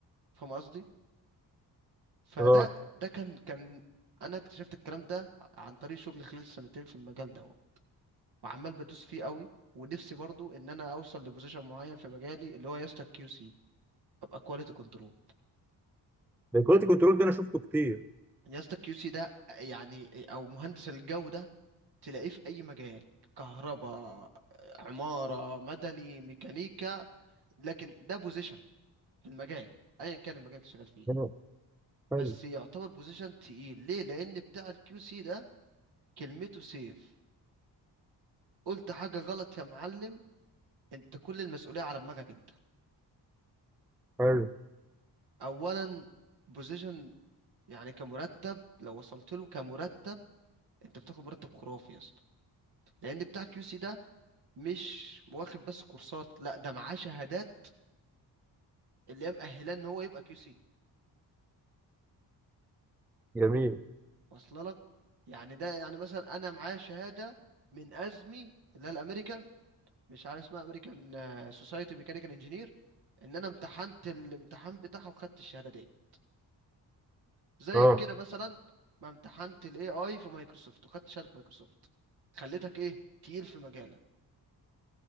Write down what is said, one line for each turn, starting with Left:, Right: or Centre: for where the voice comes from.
Right: فاهم قصدي فده
Centre: اه
Right: ده كان كان انا اكتشفت الكلام ده عن طريق شغلي خلال السنتين في المجال ده وعمال بدوس فيه قوي ونفسي برضو ان انا اوصل لبوزيشن معين في مجالي اللي هو يا اسطى كيو سي ابقى كواليتي كنترول
Centre: ده كنت كنترول ده انا شفته كتير
Right: يا اسطى كيو سي ده يعني او مهندس الجودة تلاقيه في أي مجال كهرباء عمارة مدني ميكانيكا لكن ده بوزيشن في المجال أيا كان المجال اللي شغال فيه
Centre: اه حلو
Right: بس يعتبر بوزيشن تقيل ليه؟ لأن بتاع الكيو سي ده كلمته سيف قلت حاجة غلط يا معلم أنت كل المسؤولية على دماغك أنت
Centre: حلو
Right: أولا بوزيشن يعني كمرتب لو وصلت له كمرتب أنت بتاخد مرتب خرافي يا اسطى لأن بتاع الكيو سي ده مش واخد بس كورسات لا ده معاه شهادات اللي هي مأهلاه إن هو يبقى كيو سي
Centre: جميل
Right: واصله لك يعني ده يعني مثلا انا معايا شهاده من ازمي اللي هي الامريكان مش عارف اسمها امريكان سوسايتي ميكانيكال انجينير ان انا امتحنت الامتحان بتاعها وخدت الشهاده دي زي
Centre: اه
Right: كده مثلا ما امتحنت الاي اي في مايكروسوفت وخدت شهاده مايكروسوفت خليتك ايه تقيل في مجالك